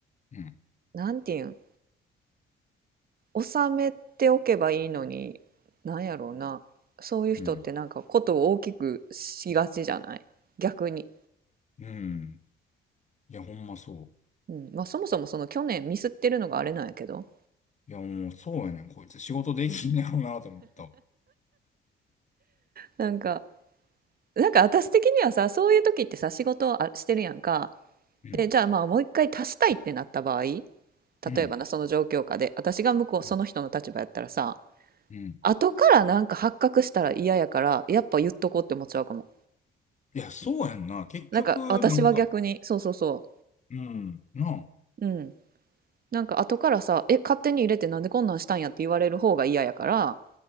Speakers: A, on the left; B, on the right.
A: うん。
B: なんていうん、収めておけばいいのに、なんやろうな。そういう人ってなんかことを大きくしがちじゃない逆に。
A: うん。うん。いや、ほんまそ
B: うん。まあそもそもその去年ミスってるのがあれなんやけど。
A: う。いや、もうそうやねん、こいつ。仕事できんねやろうなと思ったわ。
B: なんか、なんか私的にはさ、そういう時ってさ、仕事をあしてるやんか。
A: うん。
B: で、じゃあまあもう一回足したいってなった場合、例
A: うん。
B: えばな、その状況下で、私が向こう、その人の立場やったらさ、
A: うん。うん
B: 後からなんか発覚したら嫌やから、やっぱ言っとこうって思っちゃうかも。
A: いや、そうやんな。結局、
B: なんか私は逆に、
A: なんか、
B: そうそうそ
A: うん。なあ。
B: う。うん。なんか後からさ、え、勝手に入れてなんでこんなんしたんやって言われる方が嫌やから、